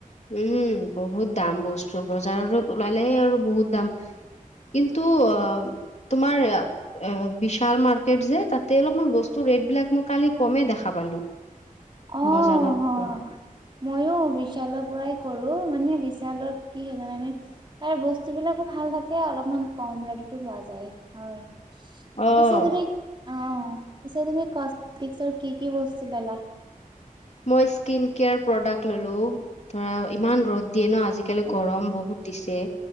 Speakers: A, on the left (about 50°); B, on the right (about 35°).
A: উম', বহুত দাম বস্তু। বজাৰত ওলালেই আৰু বহুত দাম। কিন্তু অ' তোমাৰ এ বিশাল মাৰ্কেট যে, তাতে অলপমান বস্তু ৰেট বিলাক মই কালি কমে দেখা পালো।
B: অ'
A: বজাৰতকে
B: হ। মইওঁ বিশাল পৰাই কৰো, মানে বিশালত কি হয় জানানে? তাৰ বস্তু বিলাকো ভাল থাকে, অলপমান কম ৰেটতো পোৱা যায় হয়। পিছে
A: অ'।
B: তুমি অ' পিছে তুমি কচমেটিকচৰ কি কি বস্তু ললা?
A: মই স্কিন কেয়াৰ প্ৰডাক্ট ললো। ধৰা ইমান ৰ'দ দিয়ে ন' আজিকালি গৰম বহুত দিছে।